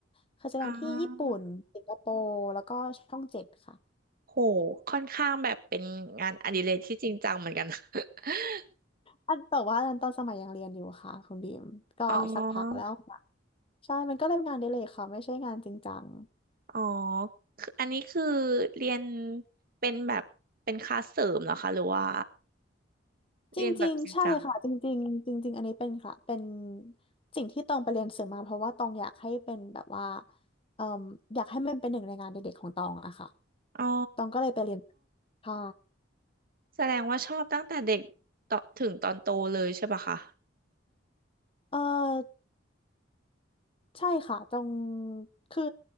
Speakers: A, on the left; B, on the right.
A: เคยแสดงที่ญี่ปุ่นสิงคโปร์แล้วก็ช่องเจ็ดค่ะ
B: อ๋อโห ค่อนข้างแบบเป็นงานอดิเรกที่จริงจังเหมือนกันนะ <laughs>
A: อันแต่ว่าอันนั้นตอนสมัยยังเรียนอยู่ค่ะคุณบีมก็สักพักแล้วค่ะ
B: อ๋อ
A: ใช่มันก็เลยเป็นงานอดิเรกค่ะไม่ใช่งานจริงจัง
B: อ๋อคืออันนี้คือเรียนเป็นแบบเป็นคลาสเสริมเหรอคะหรือว่าเรียนแบบจริงจัง
A: จริงๆใช่ค่ะจริงๆจริงๆอันนี้เป็นค่ะเป็นสิ่งที่ตองไปเรียนเสริมมาเพราะว่าตองอยากให้เป็นแบบว่าเอ่มอยากให้มันเป็นหนึ่งในงานอดิเรกของตองอะค่ะ
B: อ๋อ
A: ตองก็เลยไปเรียนใช่
B: แสดงว่าชอบตั้งแต่เด็กต่อถึงตอนโตเลยใช่ปะคะ
A: เออใช่ค่ะตองคือ